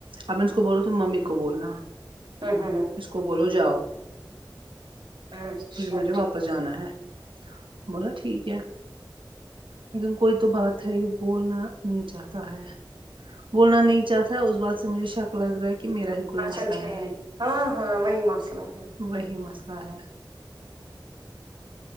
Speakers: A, on the right; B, on the right.
A: اب اس کو بول رہو تم ممی کو بولنا
B: ہوں ہ ہاں <unintelligible>
A: اس کو بولو جاؤ
B: اچھا
A: مجھےپ پ جانا ہے بولا ٹھیک ہے لیکن کوئی تو بات ہے یہ بولنا نہیں چاہتا ہے بولنا نہیں چاہتا اس بات سے مجھے شک لگ رہا ہے کہ میرا کوئی
B: اچھا
A: مسئلہ
B: ٹھیک
A: ہے
B: ہاں ہاں وہی مسئلہ ہے
A: وہی مسئلہ ہے